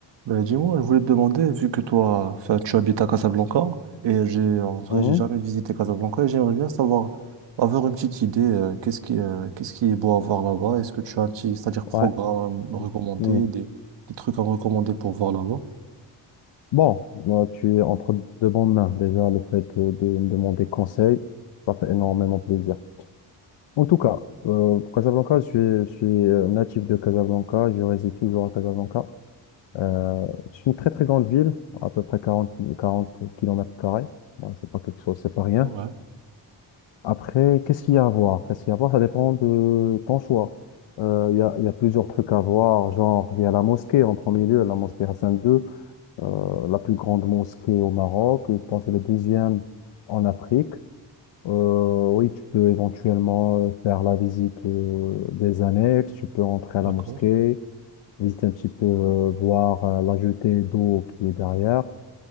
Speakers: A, on the right; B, on the left.
A: Ben, dis-moi, je voulais te demander, vu que toi, enfin, tu habites à Casablanca, et j'ai, en vrai,
B: Mhm.
A: j'ai jamais visité Casablanca, et j'aimerais bien savoir, avoir une petite idée, euh, qu'est-ce qui, euh, qu'est-ce qui est beau à voir là-bas? Est-ce que tu as un petit, c'est-à-dire programme
B: Ouais.
A: recommandé,
B: Mhm.
A: des, des trucs à me recommander pour voir là-bas?
B: Bon, moi, tu es entre de bonnes mains. Déjà, le fait euh, de me demander conseil, ça fait énormément plaisir. En tout cas, euh, pour Casablanca, je suis, je suis euh, natif de Casablanca. Je réside toujours à Casablanca. Euh, c'est une très, très grande ville, à peu près 40, 40 kilomètres carrés. Ouais, C'est pas quelque chose, c'est pas rien.
A: Ouais,
B: Après, qu'est-ce qu'il y a à voir? Qu'est-ce qu'il y a à voir? Ça dépend de ton choix. Euh, Il y a, il y a plusieurs trucs à voir, genre, il y a la mosquée en premier lieu, la mosquée Hassan II. euh, la plus grande mosquée au Maroc. Je pense que c'est la deuxième en Afrique. Euh, oui, tu peux éventuellement euh, faire la visite euh, des annexes, tu peux entrer
A: d'accord.
B: à la mosquée, visiter un petit peu, euh, voir euh, la jetée d'eau qui est derrière.